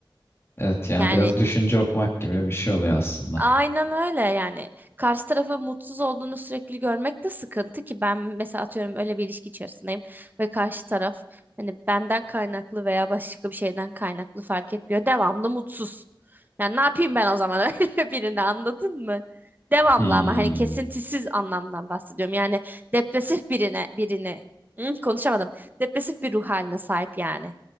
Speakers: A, on the left; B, on the right.
A: Evet yani
B: Yani
A: biraz düşünce okumak gibi bir şey oluyor aslında.
B: Aynen öyle yani. Karşı tarafın mutsuz olduğunu sürekli görmek de sıkıntı ki ben mesela atıyorum öyle bir ilişki içerisindeyim ve karşı taraf hani benden kaynaklı veya başka bir şeyden kaynaklı fark etmiyor. Devamlı mutsuz. Yani ne yapayım ben o zaman <laughs> öyle birini anladın mı? Devamlı
A: Hmm.
B: ama hani kesintisiz anlamdan bahsediyorum. Yani depresif birine birini Hı, konuşamadım. Depresif bir ruh haline sahip yani.